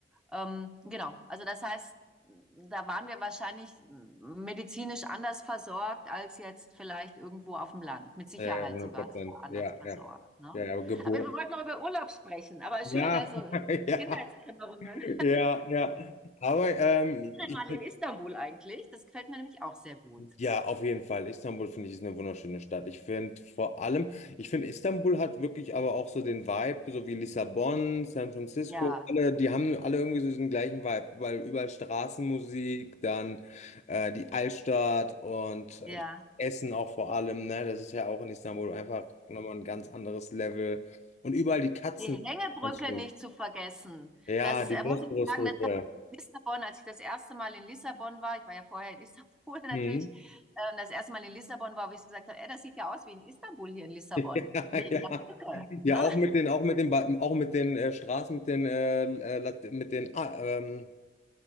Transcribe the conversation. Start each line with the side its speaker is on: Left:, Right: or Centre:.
Centre: Ähm, genau, also das heißt, da waren wir wahrscheinlich medizinisch anders versorgt als jetzt vielleicht irgendwo auf dem Land. Mit Sicherheit
Left: ja, 100
Centre: sogar
Left: Prozent.
Centre: anders
Left: Ja,
Centre: versorgt.
Left: ja,
Centre: Ne?
Left: ja, ja, Geburt.
Centre: Aber wir wollten noch über Urlaub sprechen. Aber
Left: Ja,
Centre: schön, ne? so
Left: <laughs> ja,
Centre: Kindheitserinnerungen.
Left: ja, ja. Aber ähm, ich
Centre: Mal in Istanbul eigentlich. Das gefällt mir nämlich auch sehr gut.
Left: Ja, auf jeden Fall. Istanbul finde ich ist eine wunderschöne Stadt. Ich finde vor allem, ich finde Istanbul hat wirklich aber auch so den Vibe, so wie Lissabon, San Francisco,
Centre: Ja,
Left: alle, die haben alle irgendwie so diesen gleichen Vibe, weil überall Straßenmusik, dann äh, die Altstadt und
Centre: ja.
Left: Essen auch vor allem, ne? Das ist ja auch in Istanbul einfach nochmal ein ganz anderes Level. Und überall die Katzen,
Centre: Die Hängebrücke
Left: ganz schön.
Centre: nicht zu vergessen.
Left: Ja,
Centre: Das
Left: die
Centre: äh,
Left: Bosporusbrücke.
Centre: muss ich sagen, Lissabon, als ich das erste Mal in Lissabon war, ich war ja vorher in Istanbul <laughs> natürlich,
Left: Mhm.
Centre: äh, das erste Mal in Lissabon war, wo ich gesagt habe, ey, das sieht ja aus wie in Istanbul hier in Lissabon,
Left: <laughs> Ja,
Centre: wegen
Left: ja.
Centre: der Brücke.
Left: Ja,
Centre: Ne?
Left: auch mit den, auch mit den, Ba- auch mit den äh, Straßen, mit den, äh, äh, Lat- mit den, ah, ähm,